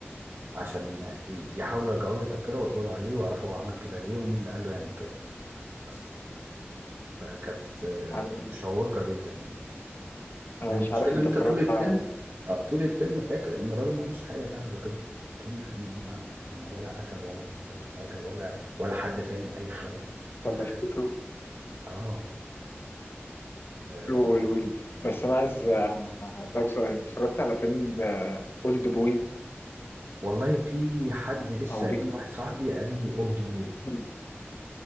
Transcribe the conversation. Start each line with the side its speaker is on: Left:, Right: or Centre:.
Right: عشان يحاولوا يرجعوا له الذاكرة ويقبضوا عليه ويعرفوا هو عمل كده ليه ومين اللي قال له يعمل كده بس فكانت آه،
Left: انا
Right: مشوقة جدا يعني
Left: أنا
Right: المشكلة
Left: مش عارف انت
Right: إن أنت
Left: اتفرجت
Right: طول الفيلم
Left: على
Right: آه، طول الفيلم فاكر إن الراجل ما عملش حاجة فعلا الراجل طول الفيلم ما ما ولا قتل ولا عمل أي حاجة ولا ولا حد فاهم أي حاجة
Left: طب
Right: في الآخر
Left: افتكره
Right: آه آه،
Left: قوله لي بس انا عايز آه، اسالك سؤال انت اتفرجت على فيلم اولد بوي
Right: والله في حد لسه
Left: او
Right: قايل
Left: بيج
Right: لواحد صاحبي قال لي أولد بوي
Left: بوي